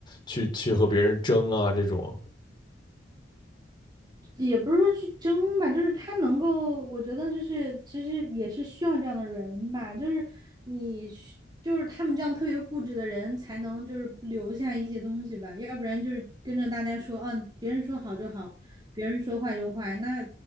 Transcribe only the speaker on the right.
也不是说去争吧，就是他能够，我觉得就是其实也是需要这样的人吧，就是你需就是他们这样特别固执的人才能就是留下一些东西吧，要不然就是跟着大家说，啊，别人说好就好，别人说坏就坏，那